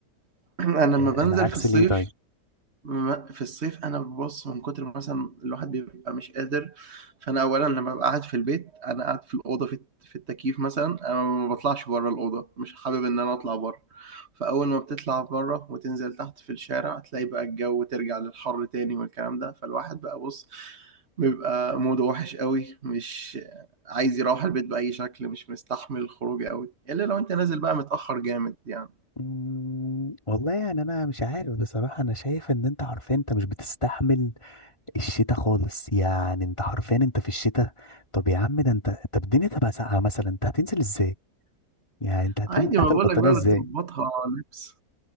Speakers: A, on the right; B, on the left.
A: <clears throat> انا لما
B: آه،
A: بنزل
B: العكس
A: في الصيف
B: ليه طيب
A: ما- في الصيف انا ببص من كتر ما مثلا الواحد بيبقى مش قادر فانا اولا لما ببقى قاعد في البيت انا قاعد في الاوضه في في التكييف مثلا انا ما بطلعش بره الاوضه مش حابب ان انا اطلع بره فاول ما بتطلع بره وتنزل تحت في الشارع تلاقي بقى الجو ترجع للحر تاني والكلام ده فالواحد بقى بص بيبقى موده وحش قوي مش عايز يروح البيت باي شكل مش مستحمل الخروج قوي الا لو انت نازل بقى متاخر جامد يعني
B: مم، والله يعني انا مش عارف بصراحه انا شايف ان انت حرفيا انت مش بتستحمل الشتاء خالص يعني انت حرفيا انت في الشتاء طب يا عم ده انت طب الدنيا تبقى ساقعه مثلا انت هتنزل ازاي يعني انت هتقوم
A: عادي
B: من تحت
A: ما بقول
B: البطانيه
A: لك بقى
B: ازاي
A: بتظبطها لبس